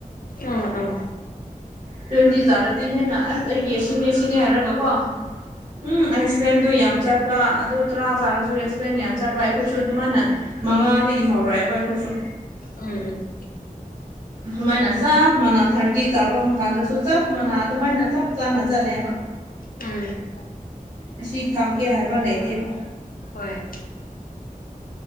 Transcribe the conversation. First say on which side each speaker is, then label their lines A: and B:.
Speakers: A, on the left (about 80°); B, on the right (about 45°).
A: ꯑꯥ ꯑꯥ
B: ꯇ꯭ꯋꯦꯟꯇꯤ ꯇꯥꯔꯗꯤ ꯍꯦꯟꯅ ꯑꯁ ꯑꯩꯒꯤ ꯁꯤꯅꯦ ꯁꯤꯅꯦ ꯍꯥꯏꯔꯒꯀꯣ ꯎꯝ ꯑꯦꯛꯁꯄ꯭ꯂꯦꯟꯗꯨꯣ ꯌꯥꯝ ꯆꯠꯄ ꯑꯗꯨ ꯇꯔꯥ ꯆꯥꯔꯁꯨ ꯑꯦꯛꯁꯄ꯭ꯂꯦꯟ ꯌꯥꯝ ꯆꯠꯄ ꯑꯩꯈꯣꯏꯁꯨ ꯑꯗꯨꯃꯥꯏꯅ ꯃꯉꯥꯗꯒꯤ ꯍꯧꯔꯛꯑꯦꯕ ꯑꯩꯈꯣꯏꯁꯨ
A: ꯎꯝ ꯎꯝ
B: ꯁꯨꯃꯥꯏꯅ ꯆꯞ ꯃꯅꯥ ꯊꯥꯔꯇꯤ ꯆꯥꯐꯝ ꯀꯥꯟꯗꯁꯨ ꯆꯞ ꯃꯅꯥ ꯑꯗꯨꯃꯥꯏꯅ ꯆꯞ ꯆꯥꯅ ꯆꯠꯂꯦꯕ
A: ꯎꯝ
B: ꯑꯁꯤ ꯊꯝꯒꯦ ꯍꯥꯏꯕ ꯂꯩꯗꯦꯕ
A: ꯍꯣꯏ